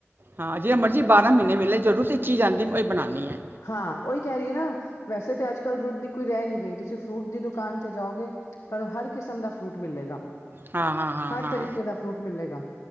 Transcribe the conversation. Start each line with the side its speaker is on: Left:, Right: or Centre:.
Right: ਹਾਂ ਜਿਵੇਂ ਮਰਜ਼ੀ ਬਾਰਾਂ ਮਹੀਨੇ ਮਿਲੇ ਜਰੂਰ <unintelligible> ਤਾਂਹੀ ਚੀਜ਼ ਆਂ ਮੈ ਉਹ ਇਹ ਬਣਾਨੀ ਐ
Left: ਹਾਂ ਉਹੀ ਕਹਿ ਰਹੀ ਐ ਨਾ ਵੈਸੇ ਤਾਂ ਅੱਜ ਕੱਲ੍ਹ ਰੁੱਦ ਦੀ ਕੋਈ ਰਹਿ ਨੀ ਗਈ ਤੁਸੀਂ ਫਰੂਟ ਦੀ ਦੁਕਾਨ ਤੇ ਜਾਓਗੇ ਤੁਹਾਨੂੰ ਹਰ ਕਿਸਮ ਦਾ ਫਰੂਟ ਮਿਲੇਗਾ
Right: ਹਾਂ ਹਾਂ ਹਾਂ
Left: ਹਰ
Right: ਹਾਂ
Left: ਤਰੀਕੇ ਦਾ ਫਰੂਟ ਮਿਲੇਗਾ